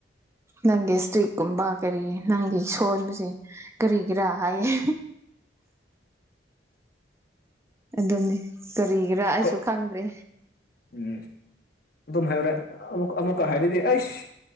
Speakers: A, on the right (about 15°); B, on the left (about 55°).
A: ꯅꯪꯒꯤ ꯏꯁꯇ꯭ꯔꯤꯛ ꯒꯨꯝꯕ ꯀꯔꯤ ꯅꯪꯒꯤ ꯁꯣꯟꯕꯁꯦ ꯀꯔꯤꯒꯤꯔꯥ ꯍꯥꯏꯌꯦ ꯑꯗꯨꯅꯤ ꯀꯔꯤꯒꯤꯔꯥ
B: ꯑꯩꯈꯣꯏ
A: ꯑꯩꯁꯨ ꯈꯪꯗ꯭ꯔꯦ
B: ꯎꯝ ꯑꯗꯨꯝ ꯍꯥꯏꯌꯨꯔꯦ ꯑꯃ ꯑꯃꯨꯛꯀ ꯍꯥꯏꯔꯤꯗꯤ ꯑꯩꯁ